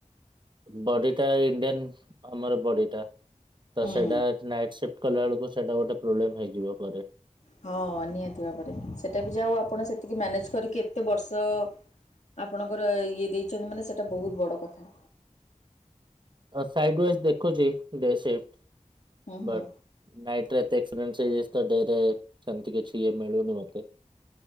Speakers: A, on the right; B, on the left.
A: ବଡି ଟା ଇଣ୍ଡିଆନ ଆମର ବଡିଟା, ତ
B: ହୁଁ
A: ସେଇଟା ନାଇଟ ସିଫ୍ଟ କଲା ବେଳକୁ ସେଇଟା ଗୋଟେ ପ୍ରୋବ୍ଲେମ ହେଇଯିବ ପରେ।
B: ହଁ ନିହାତି ଭାବରେ, ସେଇଟା ବି ଯା ହଉ ଆପଣ ସେତିକି ମ୍ୟାନେଜ୍ କରିକି ଏତେ ବର୍ଷ ଆପଣଙ୍କର ଇଏ ଦେଇଛନ୍ତି ମାନେ ସେଇଟା ବହୁତ ବଡ଼ କଥା।
A: ସାଇଡ ୱାଇଜ୍ ଦେଖୁଛି ଡେ ସିଫ୍ଟ
B: ହୁଁ ହୁଁ
A: ବଟ ନାଇଟରେ ଏତେ ଏକ୍ସପିରେନ୍ସ ହେଇଯାଇଚି, ତ ଡେ ରେ ସେମିତି କିଛି ଇଏ ମିଳୁନି ମତେ।